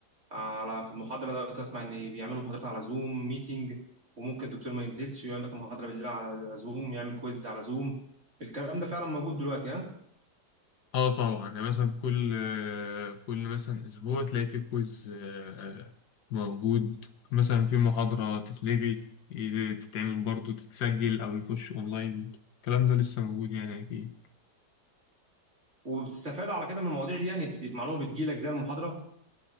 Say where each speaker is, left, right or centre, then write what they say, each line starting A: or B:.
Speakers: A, on the right; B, on the left.
A: على في المحاضره انا دلوقتي اسمع ان بيعملوا محاضرات على زوم ميتنج وممكن الدكتور ما ينزلش ويقول لك المحاضره بالليل على زوم يعمل كويز على زوم الكلام ده فعلا موجود دلوقتي ها
B: اه طبعا يعني مثلا كل كل مثلا أسبوع تلاقي في كويز آه، موجود مثلا في محاضرة تتلغي تتعمل برضو تتسجل أو يخش أونلاين الكلام ده لسه موجود يعني أكيد
A: وبتستفاد على كده من المواضيع دي يعني بت- المعلومه بتجيلك زي المحاضره